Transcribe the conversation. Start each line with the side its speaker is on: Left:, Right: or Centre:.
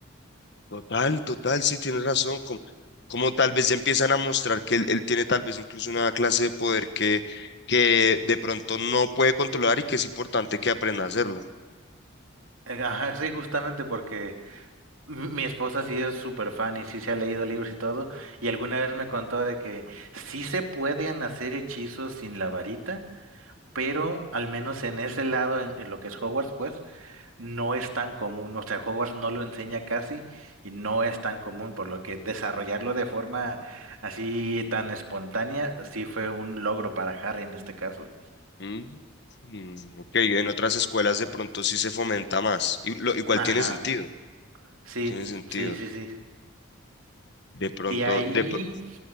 Left: Total, total, sí, tienes razón. Como, como tal vez ya empiezan a mostrar que él, él tiene tal vez incluso una clase de poder que, que de pronto no puede controlar y que es importante que aprenda a hacerlo.
Right: Eh, Ajá, sí, justamente porque... M- Mi esposa sí es súper fan y sí se ha leído libros y todo, y alguna vez me contó de que sí se pueden hacer hechizos sin la varita, pero al menos en ese lado, en, en lo que es Hogwarts, pues no es tan común, o sea, Hogwarts no lo enseña casi y no es tan común, por lo que desarrollarlo de forma así tan espontánea sí fue un logro para Harry en este caso.
Left: Mm, mm, ok, en otras escuelas de pronto sí se fomenta más. Y lo, igual
Right: Ajá,
Left: tiene sentido,
Right: sí,
Left: tiene sentido.
Right: sí, sí, sí.
Left: De pronto,
Right: De ahí,
Left: de, pr-